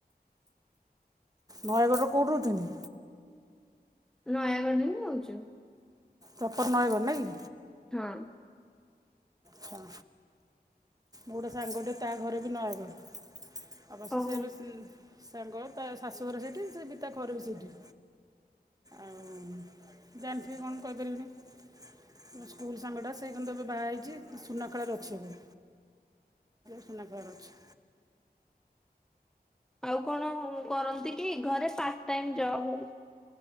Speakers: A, on the right; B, in the centre.
A: ନୟାଗଡ଼ର କୋଉଠି ରହୁଛନ୍ତି?
B: ନୟାଗଡ଼ରେ ହିଁ ଯାଉଛୁ।
A: ଚପର ନଏ ଘ ନା କି?
B: ହଁ।
A: ମୁଁ ଗୋଟେ ସାଙ୍ଗଟି ତା ଘରେ ବି ନୟାଗଡ଼। ଅବଶ୍ୟ
B: ଓହୋ
A: ସେ ବି ସାଙ୍ଗ ତା ଶାଶୁଘର ସେଇଠି ସେ ପିତା ଘର ବି ସେଇଠି। ଆଉ ଜାଣିଥିବେ କଣ କହିପାରିବିନି? ମୋ ସ୍କୁଲ ସାଙ୍ଗଟା ସେ କିନ୍ତୁ ଏବେ ବାହା ହେଇଛି ସୁନା କାଳର ଅଛି ଏବେ ସୁନା କାଳ ରେ ଅଛି।
B: ଆଉ କଣ କରନ୍ତି କି ଘରେ ପାର୍ଟ ଟାଇମ ଜବ ହଉ।